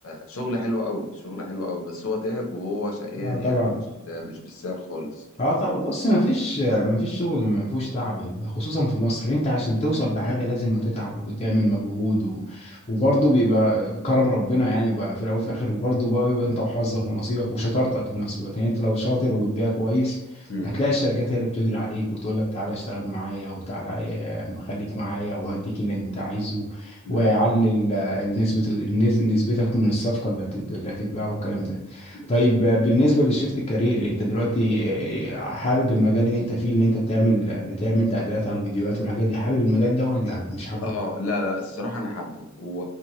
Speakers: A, on the left; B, on the left.
A: شغل حلو قوي شغل حلو قوي بس هو تعب وهو شقيان
B: آه طبعا
A: يعني مش مش بالسعر خالص
B: اه طب بص ما فيش ما فيش شغل ما فيهوش تعب خصوصا في مصر انت عشان توصل
A: <coughs>
B: بحاجه لازم هتتعب وتعمل مجهود و... وبرضه بيبقى كرم ربنا يعني وبقى في الاول وفي الاخر وبرضه بقى بيبقى انت وحظك ونصيبك وشطارتك في نفس الوقت يعني انت لو شاطر وبتبيع كويس
A: <clears throat> مم،
B: هتلاقي الشركات هي اللي بتجري عليك وتقول لك تعالى اشتغل معايا وتعالى آه، خليك معايا وهديك اللي انت عايزه
A: مم،
B: واعلي ال- النسبه النز- نسبتك من الصفقه اللي هت- اللي هتتباع والكلام ده
A: بالظبط
B: طيب آه، بالنسبة للشيفت الكارير انت دلوقتي آه، حابب المجال اللي انت فيه اللي انت بتعمل بتعمل تعديلات على الفيديوهات والحاجات دي حابب المجال ده ولا مش حابه؟
A: اه لا لا الصراحة أنا حابه و...